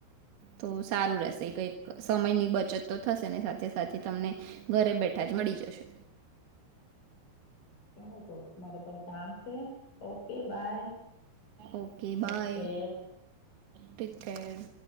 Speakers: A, on the right; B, on the left.
A: તો સારું રહેશે કંઈક સમયની બચત થશે સાથે સાથે તમને ઘરે બેઠા જ મળી જશે
B: ચાલો તો મારે પણ કામ છે okay bye
A: okay
B: take
A: bye
B: care
A: ટિકેડ